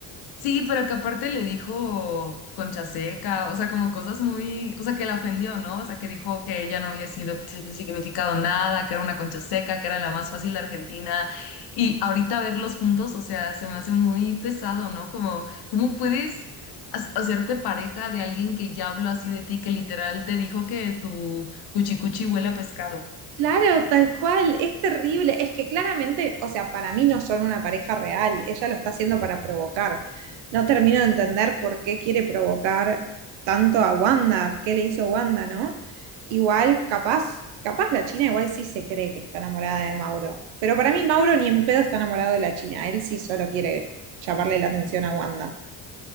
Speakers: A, on the left; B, on the right.
A: Sí, pero que aparte le dijo concha seca, o sea, como cosas muy, o sea, que la ofendió, ¿no? O sea, que dijo que ella no había sido significado nada, que era una concha seca, que era la más fácil de Argentina. Y ahorita verlos juntos, o sea, se me hace muy pesado, ¿no? Como, ¿cómo puedes ha- hacerte pareja de alguien que ya habló así de ti, que literal te dijo que tu cuchicuchi huele a pescado?
B: Claro, tal cual, es terrible. Es que claramente, o sea, para mí no son una pareja real, ella lo está haciendo para provocar. No termino de entender por qué quiere provocar tanto a Wanda, qué le hizo Wanda, ¿no? Igual, capaz, capaz la China igual sí se cree que está enamorada de Mauro, pero para mí Mauro ni en pedo está enamorado de la China, él sí solo quiere llamarle la atención a Wanda.